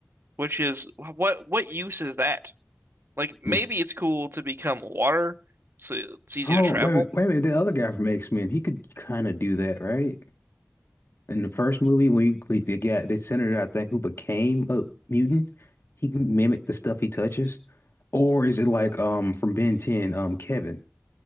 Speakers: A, on the right (about 70°); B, on the left (about 85°).
A: which is what what use is that? Like maybe
B: Yeah.
A: it's cool to become water, so it's easy
B: Oh,
A: to travel.
B: wait a minute, wait a minute. The other guy from X-Men, he could kind of do that, right? In the first movie, we we the guy, the senator, I think, who became a mutant, he can mimic the stuff he touches. Or is it like um from Ben 10, um Kevin?